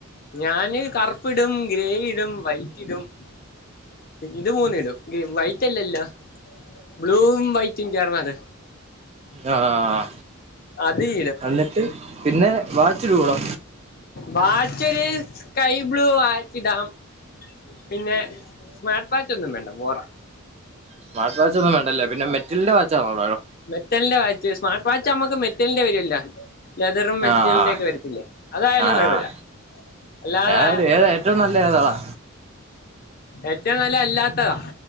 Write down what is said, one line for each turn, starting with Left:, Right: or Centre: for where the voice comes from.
Left: ഞാന് കറുപ്പ് ഇടും ഗ്രേ ഇടും വൈറ്റ് ഇടും ഇത് മൂന്ന് ഇടും വൈറ്റ് അല്ലല്ലോ ബ്ലൂവും വൈറ്റും ചേർന്നത്
Right: ആഹ്
Left: അത് <unintelligible>
Right: എന്നിട്ട് പിന്നെ വാച്ച് ഇടുവോ ടാ
Left: വാച്ച് ഒരു സ്കൈ ബ്ലൂ വാച്ചിടാം പിന്നെ സ്മാർട്ട് വാച്ച് ഒന്നും വേണ്ട ബോറ
Right: സ്മാർട്ട് വാച്ച് ഒന്നും വേണ്ട അല്ലേ പിന്നെ മെറ്റിൽൻ്റെ വാച്ച് ആണോടാ
Left: മെറ്റലിന്റെ വാച്ച് സ്മാർട്ട് വാച്ച് നമ്മുക്ക് മെറ്റലിന്റെ വരില്ലോ ലെതറും മെറ്റിലിന്റെ
Right: ആഹ്
Left: ഒക്കെ വരത്തില്ലേ അതായാലും
Right: ആഹ്
Left: കുഴപ്പില്ല അല്ലാതെ
Right: ഞാനൊരു ഏതാ ഏറ്റവും നല്ല ഏതാടാ
Left: ഏറ്റവും നല്ല അല്ലാത്തതാ